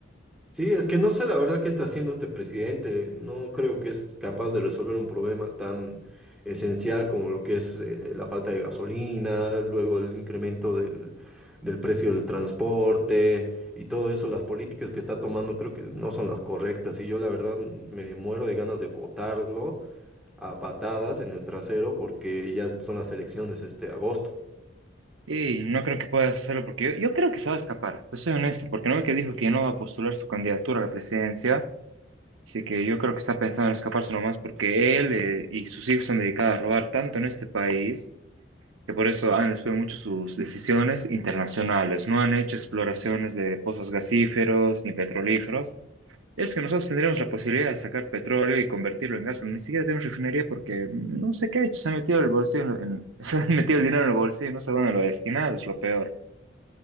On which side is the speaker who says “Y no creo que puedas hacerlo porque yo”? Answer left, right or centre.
Right